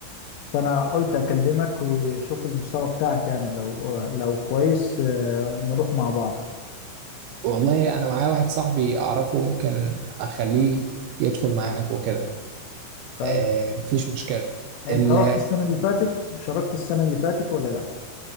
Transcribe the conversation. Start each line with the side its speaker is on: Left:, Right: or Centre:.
Left: فانا قلت اكلمك وشوف المستوى بتاعك يعني لو لو كويس آه، نروح مع بعض
Right: والله انا معايا واحد صاحبي اعرفه ممكن اخليه يدخل معاك وكده
Left: طيب
Right: آه مفيش مشكله
Left: انت
Right: ال...
Left: رحت السنه اللي فاتت شاركت السنه اللي فاتت ولا لا